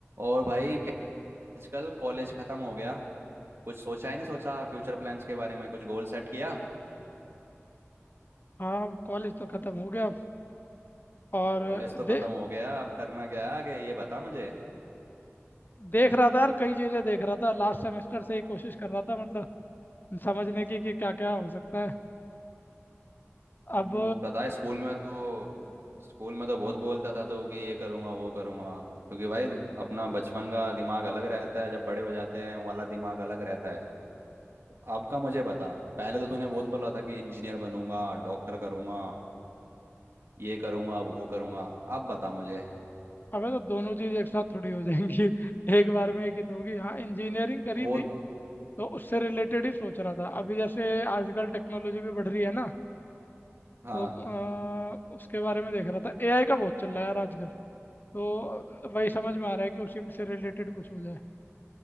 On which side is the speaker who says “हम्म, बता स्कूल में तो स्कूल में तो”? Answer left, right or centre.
Right